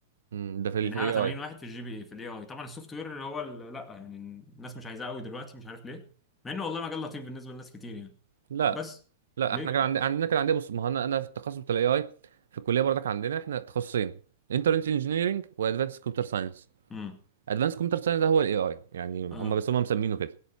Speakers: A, on the right; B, on the left.
A: امم ده في الاي
B: يعني اعلى
A: اي
B: 80 واحد في الجي بي اي في الاي اي طبعا السوفت وير اللي هو ال- لا يعني الناس مش عايزاه قوي دلوقتي مش عارف ليه مع انه والله مجال لطيف بالنسبه لناس كتير يعني
A: لا
B: بس
A: لا
B: ليه
A: احنا
B: كده
A: كان عندنا عندنا كان عندنا بص ما هو انا انا في التخصص بتاع الاي اي في الكليه برضك عندنا احنا تخصصين انترنت انجينيرنج وادفانس كمبيوتر ساينس
B: امم
A: ادفانس كمبيوتر ساينس ده هو الاي اي يعني هم
B: اه
A: بس هم مسمينه كده